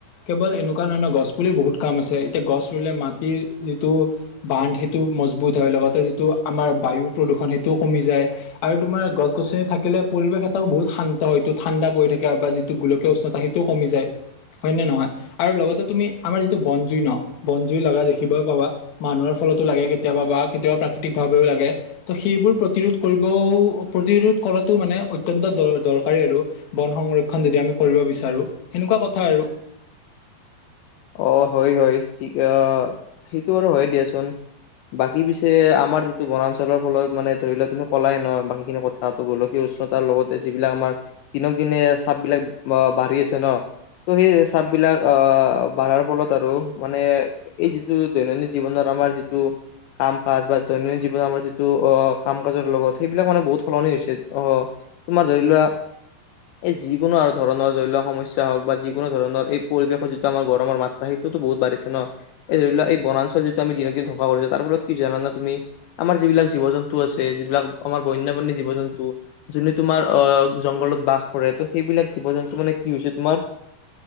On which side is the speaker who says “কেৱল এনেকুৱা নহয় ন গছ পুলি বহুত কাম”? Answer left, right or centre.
Left